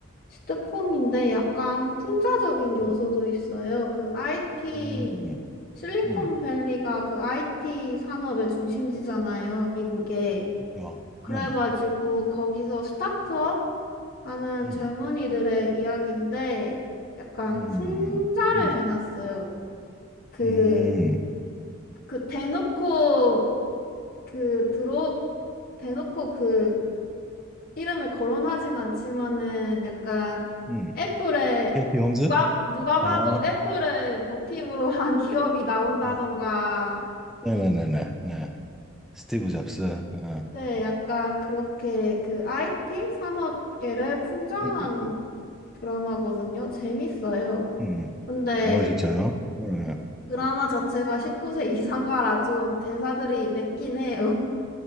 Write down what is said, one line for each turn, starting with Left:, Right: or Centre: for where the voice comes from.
Left: 시트콤인데
Centre: 어,
Left: 약간 풍자적인 요소도
Centre: 네.
Left: 있어요. 그 IT
Centre: 음, 음,
Left: 실리콘밸리가
Centre: 음,
Left: 그 IT 산업의 중심지잖아요, 미국에.
Centre: 그렇죠. 네.
Left: 그래가지고 거기서 스타트업 하는
Centre: 음,
Left: 젊은이들의 이야기인데 약간
Centre: 음,
Left: 풍자를
Centre: 음.
Left: 해놨어요. 그,
Centre: 음,
Left: 그 대놓고 그 들어, 대놓고 그 이름을 거론하진 않지만은 약간
Centre: 음.
Left: 애플에
Centre: 케이티 홈즈?
Left: 누가, 누가
Centre: 아,
Left: 봐도 애플을 모티브로 한 기업이 나온다던가
Centre: 아, 네네네네. 네. 스티브 잡스. 아,
Left: 네, 약간 그렇게 그 IT 산업계를 풍자한
Centre: 음, 음,
Left: 드라마거든요. 재밌어요.
Centre: 음.
Left: 근데
Centre: 아, 진짜요? 네.
Left: 드라마 자체가 19세 이상가라 좀 대사들이 맵긴 해요.